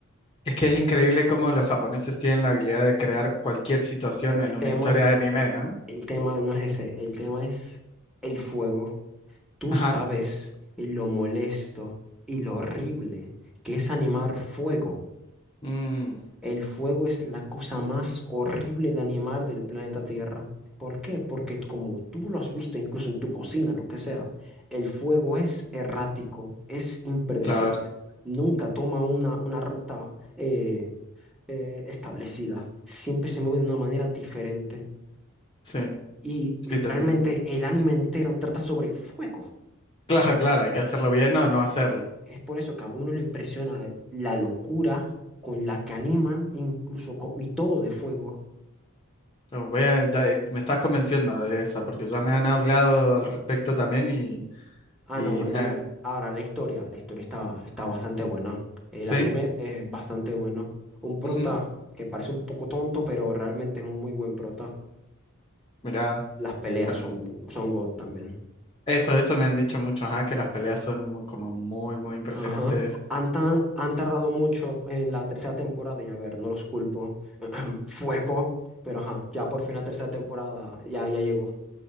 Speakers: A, on the left; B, in the centre.
A: Es que es increíble cómo los japoneses tienen la habilidad de crear cualquier situación
B: El
A: en una
B: tema,
A: historia de anime, ¿no?
B: el tema no es ese, el tema es el fuego. Tú
A: Ajá.
B: sabes lo molesto y lo horrible que es animar fuego.
A: Mm,
B: El fuego es la cosa más horrible de animar del planeta Tierra. ¿Por qué? Porque como tú lo has visto incluso en tu cocina, lo que sea, el fuego es errático, es impredecible,
A: claro,
B: nunca toma una, una ruta eh, eh, establecida, siempre se mueve de una manera diferente.
A: sí,
B: Y literalmente
A: sí, te entiendo.
B: el anime entero trata sobre fuego.
A: Claro, claro, hay que hacerlo bien o no hacerlo.
B: Es por eso que a uno le impresiona la locura con la que animan, incluso con, y todo de fuego.
A: No, voy a- ya, eh, me estás convenciendo de esa, porque ya me han hablado al respecto también y,
B: Ah,
A: y
B: no.
A: me
B: en-
A: ha-
B: ahora, la historia. La historia está, está bastante buena. El
A: ¿Sí?
B: anime es bastante bueno. Un prota
A: Ujú,
B: que parece un poco tonto, pero realmente es un muy buen prota.
A: Mirá,
B: Las peleas
A: bueno,
B: son, son God también.
A: eso, eso me han dicho muchos, ah, que las peleas son mu- como muy, muy impresionantes.
B: Ajá. Han, ta- han tardado mucho en la tercera temporada y a ver, no los culpo. <clears throat> Fuego. Pero ajá, ya por fin la tercera temporada ya, ya llegó.